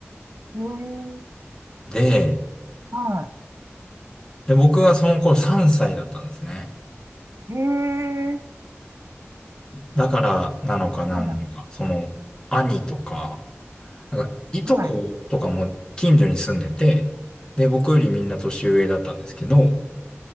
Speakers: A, on the right (about 80°); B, on the left (about 15°).
A: へえ。
B: で、
A: は
B: で、僕がその頃3歳だったんですね。
A: い。へえ。
B: だからなのかなんなのか、
A: はい。
B: その、兄とか、なんか、いとことかも近所に住んでて、
A: はい。
B: で、僕よりみんな年上だったんですけど、